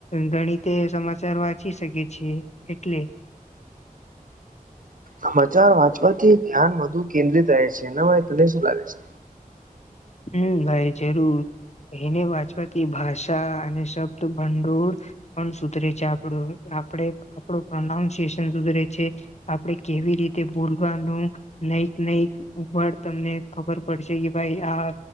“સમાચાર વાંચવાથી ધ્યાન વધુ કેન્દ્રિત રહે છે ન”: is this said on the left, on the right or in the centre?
Right